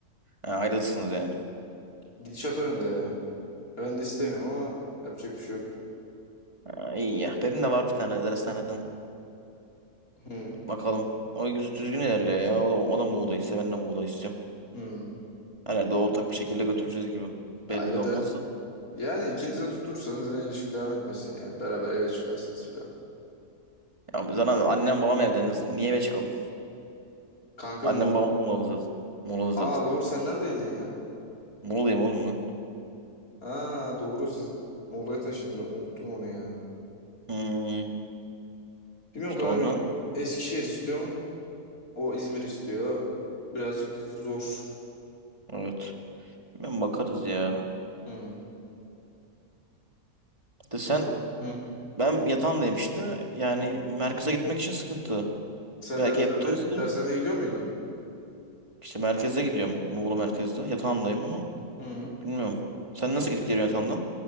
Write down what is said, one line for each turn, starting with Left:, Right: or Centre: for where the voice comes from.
Right: Ha, ayrılsınız yani.
Left: Gidişat o yönde ya. Ya Ben de istemiyorum ama yapacak bir şey yok.
Right: Ha, iyi ya. Benim de var bir tane dershaneden.
Left: Hı
Right: Bakalım. O güzel düzgün ilerliyor ya. O, o da Muğla istiyor. Ben de Muğla istiyorum.
Left: hı.
Right: Herhalde ortak bir şekilde götüreceğiz gibi. Belli
Left: Halleder.
Right: de olmaz da.
Left: Yani ikiniz de tutursanız yine ilişki devam etmesin yani. Beraber eve çıkarsınız falan.
Right: Ya zaten annem babam evde. Nasıl, niye eve çıkalım?
Left: Kanka
Right: Annem
Left: Muğla.
Right: babam Muğla'da zaten. Muğla'da zaten.
Left: Aa doğru sen neredeydin ya?
Right: Muğla'yım oğlum ben.
Left: Aa doğru siz Muğla'ya taşındınız. Ben unuttum onu ya.
Right: Hmm,
Left: Bilmiyorum
Right: işte
Left: kanka
Right: ondan.
Left: ben Eskişehir istiyorum. O İzmir istiyor. Birazcık zor.
Right: Evet. Ben bakarız ya.
Left: Hı.
Right: De sen
Left: O da- Hı.
Right: ben yatağındayım işte. Yani merkeze gitmek için sıkıntı.
Left: Sen
Right: Belki
Left: dershane,
Right: ev tutarız da.
Left: dershaneye gidiyor muydun?
Right: İşte merkeze gidiyorum. Muğla merkezde. Yatağındayım ama.
Left: Hı.
Right: Bilmiyorum. Sen nasıl gidip geliyorsun Atan'dan?